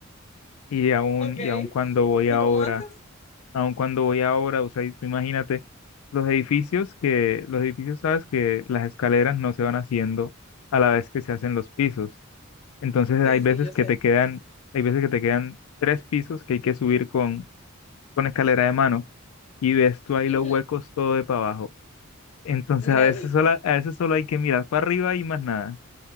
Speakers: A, on the left; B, on the left.
A: Y aún,
B: Ok.
A: y aún cuando voy
B: ¿Y
A: ahora
B: cómo haces?
A: aun cuando voy a obra, o sea, y tú imagínate, los edificios que, los edificios sabes que las escaleras no se van haciendo a la vez que se hacen los pisos. Entonces hay
B: Sí,
A: veces
B: sí, yo
A: que
B: sé.
A: te quedan, hay veces que te quedan tres pisos que hay que subir con, con escalera de mano y ves tú ahí
B: Ujú.
A: los huecos todo de para abajo. Entonces
B: Mira,
A: a veces
B: y,
A: solo, a veces solo hay que mirar para arriba y más nada.